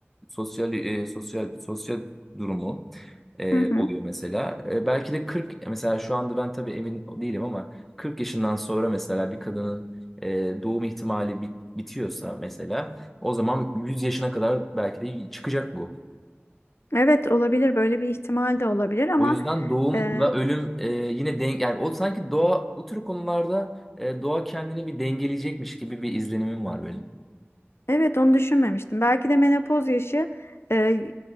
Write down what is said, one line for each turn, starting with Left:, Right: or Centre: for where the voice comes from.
Centre: sosyal e, sosyal sosyal durumu e,
Left: Hı hı.
Centre: oluyor mesela. E, belki de 40 mesela şu anda ben tabii emin değilim ama 40 yaşından sonra mesela bir kadının e, doğum ihtimali bit- bitiyorsa mesela o zaman 100 yaşına kadar belki de çıkacak bu.
Left: Evet olabilir. Böyle bir ihtimal de olabilir ama
Centre: O yüzden doğumla
Left: e,
Centre: ölüm e, yine denk yani o sanki doğa bu tür konularda e, doğa kendini bir dengeleyecekmiş gibi bir izlenimim var benim.
Left: Evet onu düşünmemiştim. Belki de menopoz yaşı e,